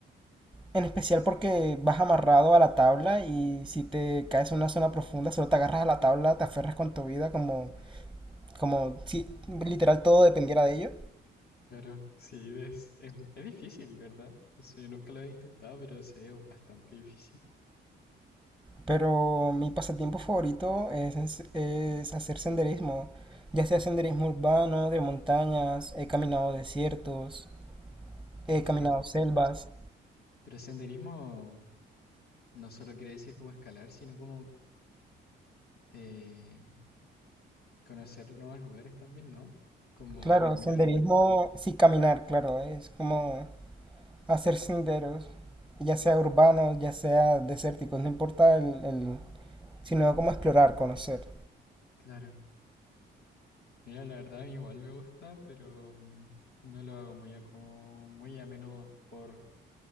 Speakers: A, in the centre; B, on the left (about 55°).
A: En especial porque vas amarrado a la tabla y si te caes en una zona profunda, solo te agarras a la tabla, te aferras con tu vida como Como si literal todo dependiera de ello.
B: claro, sí, ves, es, es difícil, ¿verdad? O sea, yo nunca lo he intentado, pero sé, es bastante difícil.
A: Pero mi pasatiempo favorito es, es, es hacer senderismo. Ya sea senderismo urbano, de montañas, he caminado desiertos,
B: De
A: he
B: cierto.
A: caminado selvas.
B: Pero senderismo no solo quiere decir como escalar, sino como eh, conocer nuevos lugares también, ¿no? Como
A: Claro,
B: caminar,
A: senderismo,
B: en verdad.
A: sí caminar, claro, es como hacer senderos, ya sea urbanos, ya sea desérticos, no importa el, el- sino como explorar, conocer.
B: Claro. Mira, la verdad a mí igual me gusta, pero mm, no lo hago muy a, como, muy a menudo por